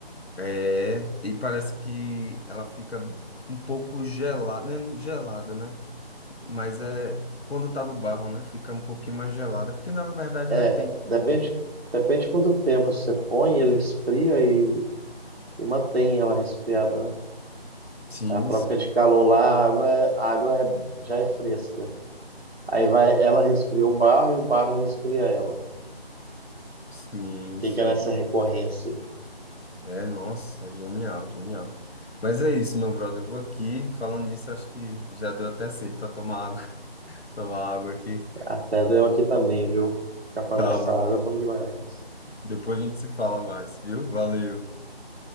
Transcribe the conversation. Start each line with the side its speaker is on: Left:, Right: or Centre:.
Left: É, e parece que ela fica um pouco gelada, né? Gelada, né? Mas é quando tá no barro, né? Fica um pouquinho mais gelada, porque na verdade
Right: É,
Left: retém.
Right: depende,
Left: retém.
Right: depende quanto tempo você põe, ele esfria e, e mantém ela resfriada, né?
Left: Sim,
Right: A troca de calor lá, a água, é- a água é- já é fresca. Aí vai, ela resfria o barro e o barro resfria ela.
Left: sim,
Right: Fica
Left: sim.
Right: nessa recorrência.
Left: É, nossa, genial, genial. Mas é isso, meu brother. Eu vou aqui, falando nisso, acho que já deu até sede para tomar água, <laughs> tomar água aqui.
Right: Até deu aqui também, viu? Ficar falando
Left: Tá
Right: dessa
Left: bom.
Right: água é bom demais.
Left: Depois a gente se fala mais, viu? Valeu,